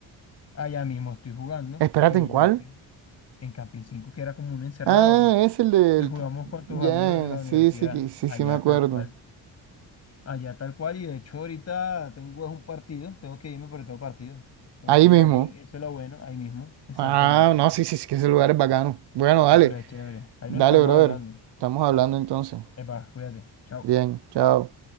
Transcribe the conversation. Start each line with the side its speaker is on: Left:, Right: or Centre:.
Left: Allá mismo estoy jugando
Right: Espérate,
Left: y
Right: ¿en cuál?
Left: yo que- en Camping 5 que era como un encerrado,
Right: Ah, es el del...
Left: que jugamos con tus
Right: Ya,
Left: amigos de la universidad,
Right: sí, sí, que- sí,
Left: allá
Right: sí, me acuerdo.
Left: tal cual, allá tal cual y de hecho ahorita tengo es un partido, tengo que irme porque tengo partido. Entonces
Right: Ahí
Left: más
Right: mismo.
Left: bien eso es lo bueno, ahí mismo, exactamente.
Right: Ah, no, sí, sí, sí, que ese lugar es bacano. Bueno,
Left: No,
Right: dale,
Left: pero es chévere, ahí
Right: dale,
Left: no estamos
Right: brother.
Left: hablando.
Right: Estamos hablando entonces.
Left: Epa, cuídate, chao.
Right: Bien, chao.